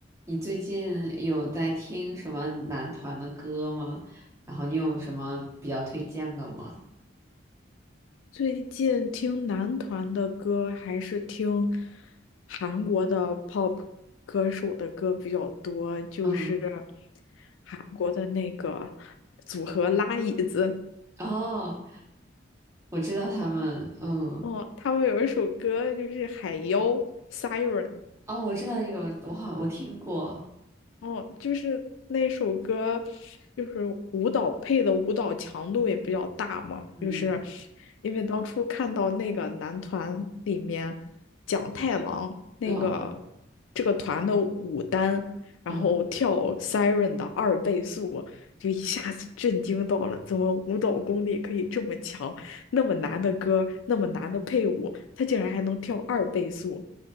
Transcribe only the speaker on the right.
你最近有在听什么男团的歌吗？然后你有什么比较推荐的吗？
嗯，
哦，我知道他们，嗯，
哦，我知道这个，我好，我听过，
嗯
嗯嗯，
嗯嗯